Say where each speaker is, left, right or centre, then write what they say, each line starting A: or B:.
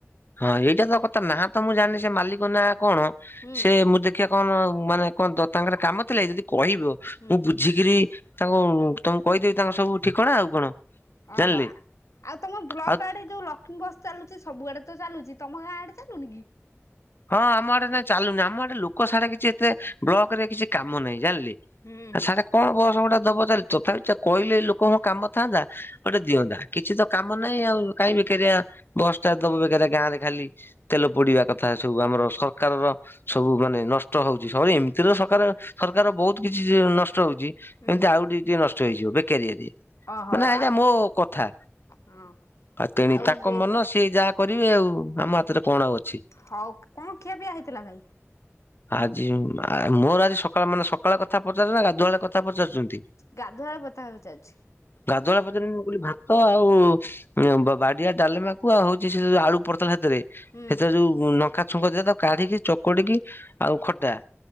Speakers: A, on the left; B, on the left.
A: ହଁ ଏଇଟା ତ କଥା ନାହା ତ ମୁଁ ଜାଣିନି ସେ ମାଲିକ ନା କଣ
B: ହୁଁ
A: ସେ ମତେ ଦେଖିଆ କଣ ମାନେ କଣ ତାଙ୍କର କାମ ଥିଲାକି ଯଦି କହିବ ମୁଁ
B: ହୁଁ
A: ବୁଝିକିରି ତାଙ୍କୁ ତମଁକୁ କହିଦେବି ତାଙ୍କର ସବୁ ଠିକଣା ଆଉ କଣ
B: ଓହୋ
A: ଜାଣିଲେ
B: ଆଉ ତମ ବ୍ଲକ
A: ଆଉ
B: ଆଡେ ଯୋଉ ଲକ୍ଷ୍ମୀ ବସ୍ ଚାଲୁଛି ସବୁ ଆଡେ ତ ଚାଲୁଛି ତମ ଗାଁ ଆଡେ ଚାଲୁନି କି?
A: ହଁ ଆମ ଆଡେ ଏନା ଚାଲୁନି ଆମ ଆଡେ ଲୋକ ସାଡେ କିଛି ଏତେ ବ୍ଲକ ରେ କିଛି କାମ ନାହିଁ ଜାଣିଲେ।
B: ହୁଁ
A: ଆ
B: ହୁଁ
A: ସାଡେ କଣ ବସ ଗୁଡ଼ା ଦବ ଦାୟିତ୍ୱ ଚାଲିଲେ କହିଲେ ଲୋକଙ୍କ କାମ ଥାନ୍ତା। ଗୋଟେ ଦିଅନ୍ତା କିଛି ତ କାମ ନାହିଁ ଆଉ କାହିଁ ବେକାରିଆ ବସ୍ ଟା ଦବ ବେକାର ଗାଁ ରେ ଖାଲି ତେଲ ପୋଡିବା କଥା ସବୁ ଆମର ସରକାରର ସବୁ ମାନେ ନଷ୍ଟ ହଉଛି ସବୁ ଏମିତିର ସରକାର ସରକାର ବହୁତ କିଛି ନଷ୍ଟ ହଉଛି
B: ହୁଁ
A: ଏମିତି ଆଉ ଟିକେ ଟିକେ ନଷ୍ଟ ହେଇଯିବ ବେକାରିଆରେ।
B: ଓହୋ
A: ମାନେ ଏଇଟା
B: ଆଉ
A: ମୋ କଥା
B: ହଁ
A: ତେଣିକି
B: ଆଉ
A: ତାଙ୍କ
B: ଏ
A: ମନ ସେଠି ଯାହା କରିବେ ଆଉ ଆମ ହାତରେ କଣ ଆଉ ଅଛି।
B: ହଉ କଣ ଖିଆ ପିଆ ହେଇଥିଲା ଭାଇ?
A: ଆଜି ଆ ମୋର ଆଜି ସକାଳ ମାନେ ସକାଳେ କଥା ପଚାରୁଛନ୍ତି ନା ଗାଧୁଆ କଥା ପଚାରୁଛନ୍ତି।
B: ଗାଧୁଆଳ କଥା ପଚାରୁଛି।
A: ଗାଧୂଆଳ ପଚାରୁ ମୁ କହିଲି ଭାତ ଆଉ ବାଡିଆ ଡାଲମାକୁ ଆଉ ହଉଛି ସେ ଆଳୁ ପ ର ସେତରେ
B: ହୁଁ
A: ସେଥିରେ ଯୋଉ ନକା ଛୁଙ୍କ ଦିଅନ୍ତି ତା କାଢିକି ଚୋକଡିକି ଆଉ ଖଟା